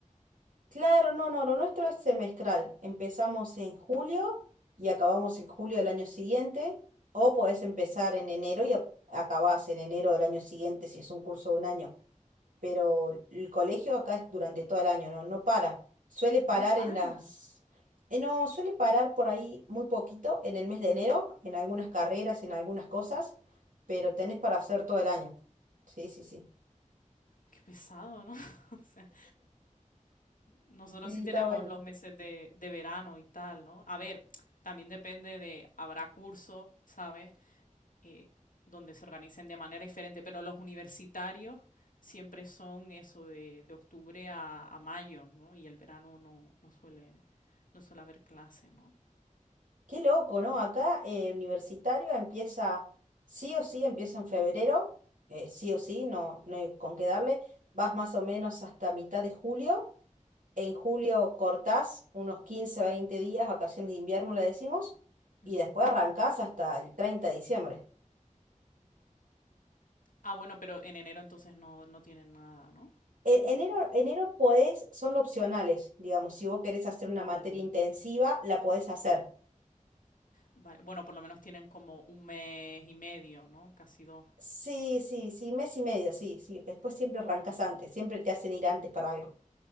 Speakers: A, on the right (about 75°); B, on the left (about 85°).
A: Claro, no, no, lo nuestro es semestral. Empezamos en julio y acabamos en julio del año siguiente, o podés empezar en enero y a- acabás en enero del año siguiente si es un curso de un año. Pero el colegio acá es durante todo el año, no, no para. Suele parar
B: No para.
A: en las... eh, no, suele parar por ahí muy poquito en el mes de enero, en algunas carreras, en algunas cosas, pero tenés para hacer todo el año. Sí, sí, sí.
B: Qué pesado, ¿no? <laughs> O sea, nosotros
A: Sí.
B: sí tenemos
A: Está bueno.
B: los meses de, de verano y tal, ¿no? A ver, también depende de, habrá cursos, ¿sabes? Eh, donde se organicen de manera diferente, pero los universitarios siempre son eso de, de octubre a, a mayo, ¿no? Y el verano no, no suele, no suele haber clase, ¿no?
A: Qué loco, ¿no? Acá eh, universitario empieza, sí o sí, empieza en febrero, eh, sí o sí, no, no hay con qué darle. Vas más o menos hasta mitad de julio. En julio cortás unos 15 20 días, vacaciones de invierno le decimos,
B: Ujú.
A: y después arrancás hasta el 30 de diciembre.
B: Ah, bueno, pero en enero entonces no, no tienen nada, ¿no?
A: En enero, enero podés, son opcionales, digamos, si vos querés hacer una
B: Vale,
A: materia
B: vale.
A: intensiva, la podés hacer.
B: Vale, Bueno, por lo menos tienen como un mes y medio, ¿no? Casi dos.
A: Sí, sí, sí, mes y medio, sí, sí. Después siempre arrancás antes, siempre te hacen ir antes para algo.